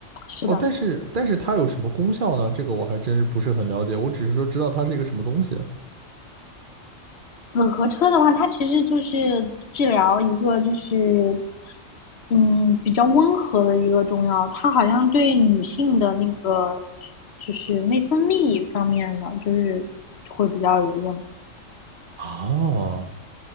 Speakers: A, on the left (about 55°); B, on the right (about 45°).
A: 是的。
B: 哦，但是但是它有什么功效呢？这个我还真是不是很了解，我只是说知道它是一个什么东西。
A: 紫河车的话，它其实就是治疗一个就是，嗯，比较温和的一个中药，它好像对女性的那个就是内分泌方面的，就是会比较有用。
B: 啊，